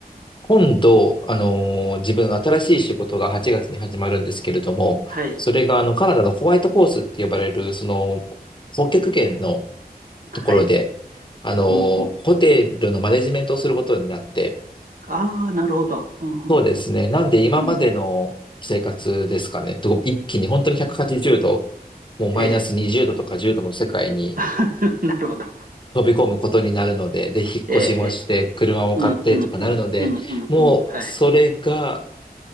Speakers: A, on the left; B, on the right.
A: 今度、あのー自分新しい仕事が8月に始まるんですけれども、
B: はい、
A: それがあの、カナダのホワイトホースって呼ばれる、その、北極圏のところで、
B: はい、
A: あの、
B: うん、うん。
A: ホテルのマネジメントをすることになって、
B: ああ、なるほど。うん、うん、
A: そうですね。
B: うん、うん、
A: なんで今までの生活ですかね。
B: うん
A: と一気に本当に180度、もうマイナス20度とか10度の世界に
B: えー <laughs> なるほど。
A: 飛び込むことになるので、で、引っ越しもして、
B: ええ、え
A: 車も買ってとかなるので、
B: ーうん、うん、うん、うん、うん、
A: もうそれが
B: うん、はい。